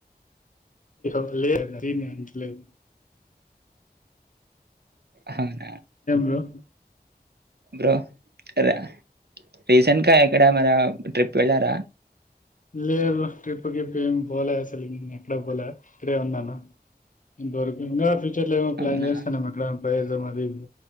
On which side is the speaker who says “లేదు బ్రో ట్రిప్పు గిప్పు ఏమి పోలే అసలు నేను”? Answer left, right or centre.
Left